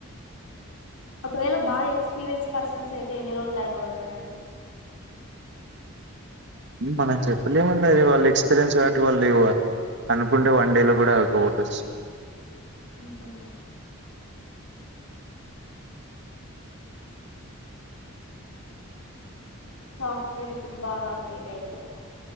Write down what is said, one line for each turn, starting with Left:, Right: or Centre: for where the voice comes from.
Left: ఒకవేళ బాగా ఎక్స్పీరియన్స్ పర్సన్స్ అయితే ఎన్ని రోజులు అయిపోగడతారండి
Right: మనం చెప్పలేమంది అది వాళ్ళు ఎక్స్పీరియన్స్ కాబట్టి వాళ్ళు ఇవ్వ అనుకుంటే వన్ డేలో కూడాటస్
Left: ఉహుమ్ సాఫ్ట్వేర్ ఇప్పుడు బాగా అప్డేట్ అయిపోనా